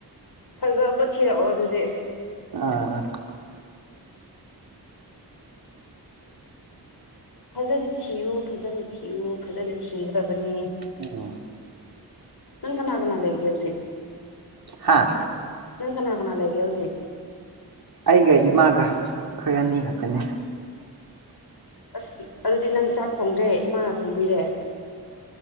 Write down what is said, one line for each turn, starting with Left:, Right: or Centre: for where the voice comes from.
Left: ꯐꯖꯕ ꯊꯤꯔꯛꯑꯣ ꯑꯗꯨꯗꯤ
Right: ꯑꯥ
Left: ꯐꯖꯅ ꯊꯤꯌꯨ ꯐꯖꯅ ꯊꯤꯌꯨ ꯐꯖꯅ ꯊꯤꯒ꯭ꯔꯕꯅꯤꯅꯦ
Right: ꯑꯣ
Left: ꯅꯪ ꯀꯅꯥ ꯀꯅꯥ ꯂꯩꯒꯦ ꯍꯧꯖꯤꯛ
Right: ꯍꯥꯥ
Left: ꯅꯪ ꯀꯅꯥ ꯀꯅꯥ ꯂꯩꯒꯦ ꯍꯧꯖꯤꯛ
Right: ꯑꯩꯒ ꯏꯃꯥꯒ ꯑꯩꯈꯣꯏ ꯑꯅꯤ ꯈꯛꯇꯅꯦ
Left: ꯑꯁ ꯑꯗꯨꯗꯤ ꯅꯪ ꯆꯥꯛ ꯊꯣꯡꯗ꯭ꯔꯦ ꯏꯃꯥꯅ ꯊꯣꯡꯕꯤꯔꯦ